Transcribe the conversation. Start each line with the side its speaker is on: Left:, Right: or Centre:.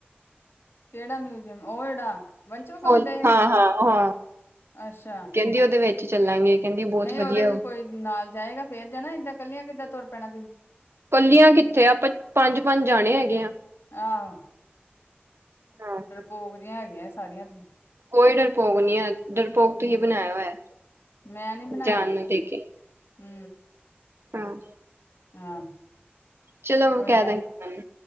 Left: ਕਿਹੜਾ ਮਿਊਜ਼ਅਮ ਉਹ ਜਿਹੜਾ ਵੰਨਸ ਵਿਖਾਉਣ
Right: ਫੁੱਲ
Left: ਦਿਆਂ ਸੀ ਓਦਨ
Right: ਹਾਂ ਹਾਂ ਹਾਂ
Left: ਅੱਛਾ
Right: ਕਹਿੰਦੀ ਉਹਦੇ ਵਿੱਚ ਚੱਲਾਂਗੇ। ਕਹਿੰਦੀ ਬਹੁਤ
Left: ਨਹੀਂ
Right: ਵਧੀਆ
Left: ਉਹਦੇ 'ਚ
Right: ਉਹ
Left: ਕੋਈ ਨਾਲ ਜਾਏਗਾ ਫੇਰ ਜਾਣਾ ਏਦਾਂ ਕੱਲੀਆਂ ਕਿੱਦਾਂ ਤੁਰ ਪੈਣਾ ਤੁਸੀਂ
Right: ਕੱਲੀਆਂ ਕਿੱਥੇ ਆਪਾਂ ਪੰਜ -ਪੰਜ ਜਾਣੇ ਹੈਗੇ ਆ।
Left: ਆਹੋ
Right: ਹਾਂ
Left: ਡਰਪੋਕ ਜੀਆ ਹੈਗੀਆਂ ਸਾਰੀਆਂ ਤੁਸੀ
Right: ਕੋਈ ਡਰਪੋਕ ਨਹੀ ਹੈ ਡਰਪੋਕ ਤੁਸੀ
Left: ਹੂੰ
Right: ਬਣਾਇਆ ਹੋਇਆ
Left: ਮੈਂ ਨੀ ਬਣਾਇਆ
Right: ਜਾਣ ਨੂੰ ਦੇ ਕੇ
Left: ਹੂੰ
Right: ਹਾਂ
Left: ਹਾਂ।
Right: ਚਲੋ
Left: ਕੋਈ
Right: ਕਹਿ
Left: ਗੱਲ
Right: ਦਾਂਗੀ ਓਹਨੂੰ